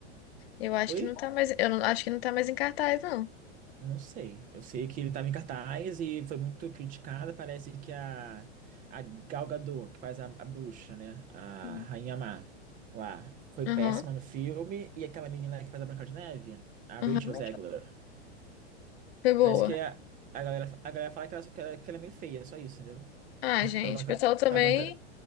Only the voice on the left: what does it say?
Eu acho
que não tá mais. Eu não, acho que não tá mais em cartaz, não.
Uhum.
Aham,
aham.
Foi
boa.
Ah, gente,
o pessoal também.